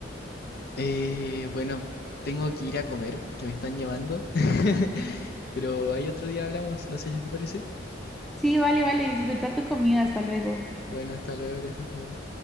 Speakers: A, on the left; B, in the centre.
A: Eh, bueno, tengo que ir a comer, que me están llamando, <laughs> pero hay otro día hablamos, no sé si te parece.
B: Sí, vale, vale, disfruta tu comida. Hasta luego.
A: Bueno, hasta luego, que estés bien.